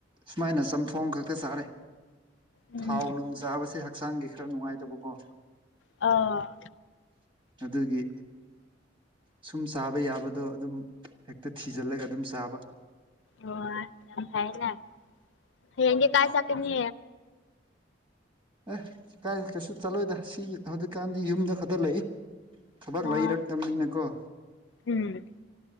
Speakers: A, on the right; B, on the left.
A: ꯁꯨꯃꯥꯏꯅ ꯆꯝꯊꯣꯡ ꯈꯛꯇ ꯆꯥꯔꯦ
B: ꯎꯝ
A: ꯊꯥꯎ ꯅꯨꯡ ꯆꯥꯕꯁꯦ ꯍꯛꯆꯥꯡꯒꯤ ꯈꯔ ꯅꯨꯡꯉꯥꯏꯇꯕꯀꯣ
B: ꯑꯥ
A: ꯑꯗꯨꯒꯤ ꯁꯨꯝ ꯆꯥꯕ ꯌꯥꯕꯗꯣ ꯑꯗꯨꯝ ꯍꯦꯛꯇ ꯊꯤꯖꯤꯜꯂꯒ ꯑꯗꯨꯝ ꯆꯥꯕ
B: ꯑꯣ ꯌꯥꯝ ꯐꯩꯏꯅꯦ ꯍꯌꯦꯡꯗꯤ ꯀꯥꯏ ꯆꯠꯀꯥꯅꯤ
A: ꯑꯦ ꯀꯥꯏ ꯀꯩꯁꯨ ꯆꯠꯂꯣꯏꯗ ꯁꯤ ꯍꯧꯖꯤꯛꯀꯥꯟꯗꯤ ꯌꯨꯝꯗ ꯈꯛꯇ ꯂꯩ
B: ꯑꯣ
A: ꯊꯕꯛ ꯂꯩꯔ ꯇꯝꯅꯤꯅꯀꯣ
B: ꯎꯝ